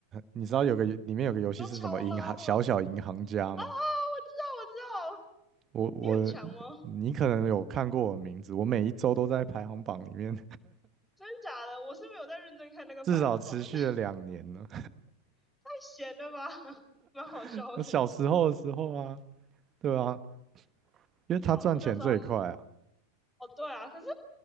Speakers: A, on the right (about 30°); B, in the centre.
A: 你知道有个里面有个游戏是什么银行小小银行家吗？
B: 说超拉吗？啊啊！我知道，我知道，
A: 我我你可能有看过我的名字，
B: 你很强吗？
A: 我每一周都在排行榜里面，
B: 真的假的？我是没有在认真看那个排行榜，
A: <laughs> 至少持续了两年了。
B: <laughs> 那太闲了吧，<laughs> 蛮好笑的。
A: <laughs> 我小时候的时候啊，对啊，因为他赚钱最快啊。
B: 小时候那时候，哦对啊，可是